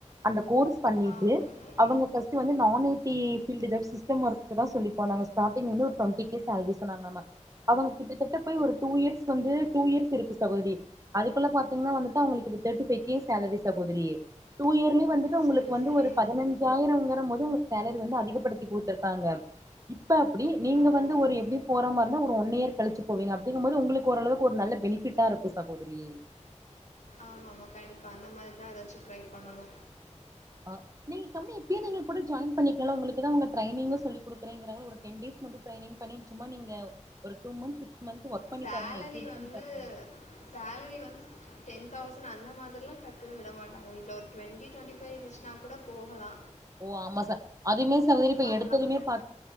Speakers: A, on the right; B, on the left.
A: அந்த கோர்ஸ் பண்ணிட்டு
B: ஆ, ஓகே.
A: அவுங்க ஃபர்ஸ்ட் வந்து நானூத்தி ஃப்ல்டுதா சிஸ்டம் ஒர்க்குதா சொல்லி போனா ஸ்டார்டிங் ஒரு டுவெண்டி கே சாலரி சொன்னாங்கலாமா அவுங்க கிட்டத்தட்ட போய் ஒரு டூ இயர்ஸ் வந்து டூ இயர்ஸ் இருக்கு சகோதரி அதுக்குள்ள பாத்தீங்கன்னா வந்துட்டு அவுங்களுக்கு த்தேர்ட்டி ஃபைவ் கே சேலரி சகோதரி டூ இயர்லயே வந்து உங்களுக்கு
B: சரி,
A: வந்து
B: சரி.
A: ஒரு பதினஞ்சாயிரம்ங்கறம்போது உங்களுக்கு சேலரி வந்து அதிகப்படுத்தி குடுத்திருக்காங்க இப்ப அப்டி நீங்க
B: ஆமாமா.
A: வந்து ஒரு எப்டி போற மாரி இருந்தா ஒரு ஒன் இயர் கழிச்சு போவீங்க அப்டிங்கும்போது உங்ளுக்கு ஓரளவுக்கு ஒரு நல்லா பெனிஃபிட்டா இருக்கு சகோதரி
B: ஆமாமா கண்டிப்பா அந்த மாரிதா எதாச்சு ட்ரை பண்ணணு
A: ஆ நீங்க கம்மி டீ நகர் போட்டு ஜாயின் பண்ணிக்லா உங்களுக்குதா உங்க ட்ரைனீங் சொல்லி குடுக்கறேங்கறாங்கல்ல ஒரு டென் டேஸ் மட்டு ட்ரைனிங் பண்ணி சும்மா நீங்க ஒரு two months six month work பண்ணி
B: சேலரி
A: பாருங்ளே எப்டி இருக்குனு
B: வந்து
A: பாருங்க
B: சேலரி வந்து டென் தௌசண்ட் அந்த மாதிரில்லா டக்குன்னு விட மாட்டாங்க வீட்ல ஒரு டுவெண்டி டுவெண்டி ஃவைவ் இருந்துச்சுனா கூட போகலா
A: ஓ ஆமா சா அதுமே சகோதரி இப்ப
B: பார்க்கலாம்
A: எடுத்ததுமே பா